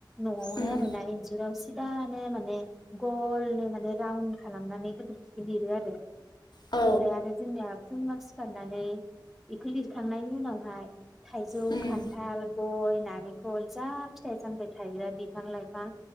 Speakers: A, in the centre; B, on the left.
A: नआवहाय
B: उम
A: आरो ना इन्जुराव स सिगानो माने गलनो माने राउन खालामनानै गोबोरखि लिरो आरो ओमफ्राय
B: औ
A: आरो जोंनिया फुङाव सि सिखारनानै इखो लिरखांनायनि उनावहाय थाइजौ
B: उम
A: खान्थाल गय नारेंखल जा फिथाइ सामथाय थायग्रा बिफां लाइफां